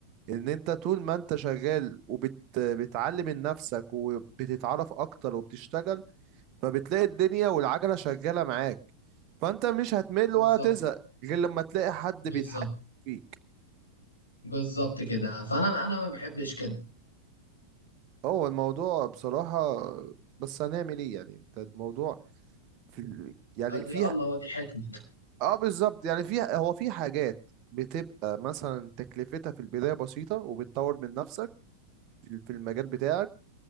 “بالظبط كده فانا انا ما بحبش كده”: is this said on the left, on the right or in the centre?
Left